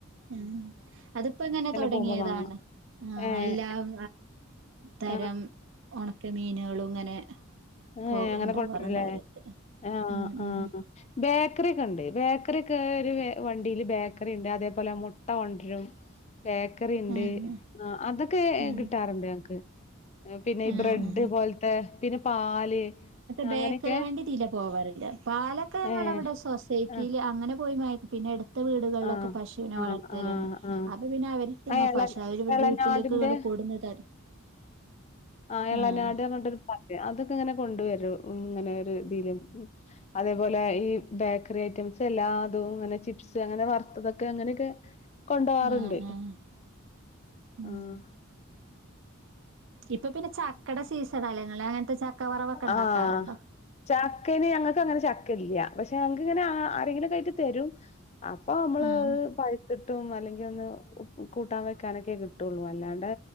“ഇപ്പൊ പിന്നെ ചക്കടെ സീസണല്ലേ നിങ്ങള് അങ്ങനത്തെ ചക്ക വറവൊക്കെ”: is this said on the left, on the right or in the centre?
Right